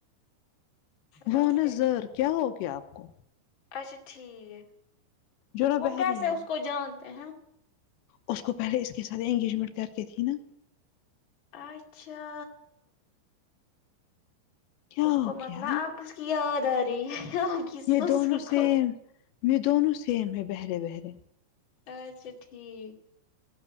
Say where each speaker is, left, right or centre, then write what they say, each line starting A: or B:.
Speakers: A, on the left; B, on the left.
A: رافیہ
B: وہن زر
A: کی
B: کیا ہوگیا آپ کو
A: اچھا ٹھیک
B: جو نا
A: وہ
B: بحری
A: کیسے
B: ہے
A: اس کو جانتے ہیں ہم
B: اس کو پہلے اس کے ساتھ انگیجمنٹ کر کے تھی نا
A: اچھا
B: کیا ہو
A: اس کو
B: گیا
A: متلب آپ اس کی یاد آ رہی ہے کی سسر
B: یہ دونوں سیم
A: کو
B: یہ دونوں سیم ہے بہرے بہرے
A: اچھا ٹھیک